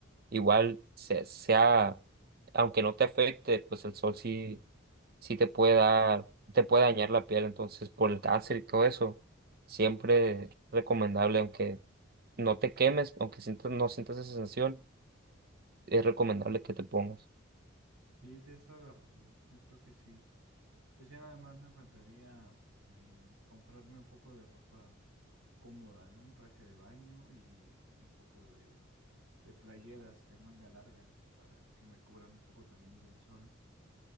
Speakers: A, on the right; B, on the right.
A: igual se- sea, aunque no te afecte, pues el sol sí, sí te puede dar, te puede dañar la piel, entonces por el cáncer y todo eso, siempre recomendable, aunque no te quemes, aunque sientas, no sientas esa sensación, es recomendable que te pongas.
B: Sí, tienes toda la razón. Yo creo que sí. Pues ya nada más me faltaría eh, comprarme un poco de ropa cómoda, ¿no? Un traje de baño y, y un poco de, de playeras de manga larga para que me cubran un poco también del sol.